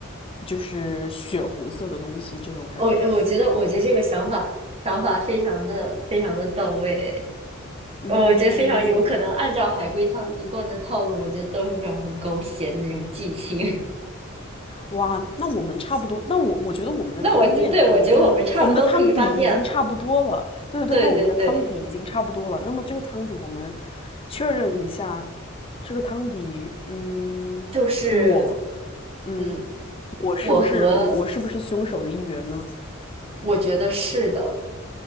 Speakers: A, on the left; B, on the right.
A: 就是血红色的东西，这种感觉。
B: 我呃我觉得，我觉得这个想法想法非常的非常的到位，
A: 嗯，
B: 我觉得非常有可能按照海龟汤一贯的套路，我觉得都是那种很狗血的那种剧情。
A: 哇，那我们差不多，那我我觉得我们的汤面，
B: <laughs> 那我觉，对，我觉得我们差不多可以翻面了。
A: 我们就我们的汤底已经差不多了。对对对，
B: 对对对，
A: 那我们的汤底已经差不多了。那么这个汤底，我们确认一下，这个汤底，嗯，
B: 就是。
A: 我，嗯，
B: 嗯。
A: 我是不是我我是不是凶手的一员呢？
B: 我和我觉得是的，